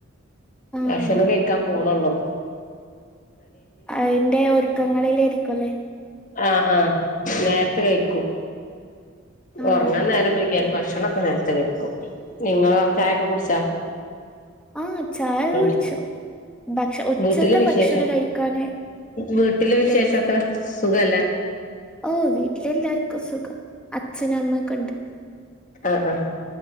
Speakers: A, in the centre; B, on the left.
A: ആഹ്
B: ഭക്ഷണം കഴിക്കാൻ പോണള്ളോ?
A: അയിൻ്റെ ഒരുക്കങ്ങളിലായിരിക്കുംല്ലേ?
B: ആഹ ആഹ നേരത്തെ കഴിക്കൂ.
A: ആഹ്
B: ഉറങ്ങാൻ നേരം വൈകിയാലും ഭക്ഷണം ങ്ങളൊക്കെ നേരത്തെ കയ്ക്കും. നിങ്ങളോ ചായയൊക്കെ കുടിച്ചാ?
A: ആഹ ചായ
B: ഉം
A: കുടിച്ചു. ഭക്ഷ ഒച്ചത്തെ
B: വീട്ടിലെ വിശേഷം
A: ഭക്ഷണം കഴിക്കൻനേ
B: വീട്ടിലെ വിശേഷൊക്കെ
A: ല്ലേ
B: സുഖല്ലേ
A: ഓ വീട്ടിലെല്ലാർക്കും സുഖം. അച്ഛനും അമ്മക്കെ ഉണ്ട്.
B: ആഹ ആഹ